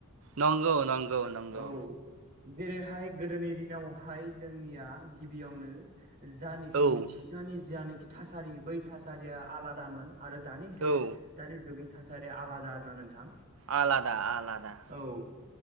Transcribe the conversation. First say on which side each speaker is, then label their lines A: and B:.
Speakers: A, on the right; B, on the right.
A: नंगौ नंगौ नंगौ
B: औ जेरैहाय गोदोनि दिनावहाय जोंनिया गिबियावनो जानिखि
A: औ
B: मिथिंगानि जानिखि थासारि बै थासारिया आलादामोन आरो दानि जे
A: औ
B: दानि जुगनि थासारिया आलादा आरोना नोंथां
A: आलादा आलादा
B: औ